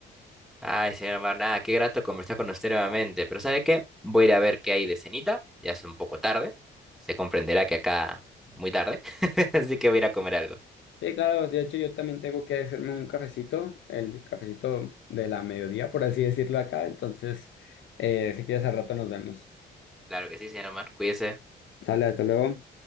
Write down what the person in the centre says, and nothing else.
Ay, señor Marnada, qué grato conversar con usted nuevamente. Pero ¿sabe qué? Voy a ir a ver qué hay de cenita. Ya es un poco tarde. Se comprenderá que acá muy tarde. <laughs> Así que voy a ir a comer algo.
Claro que sí, señor Mar. Cuídese.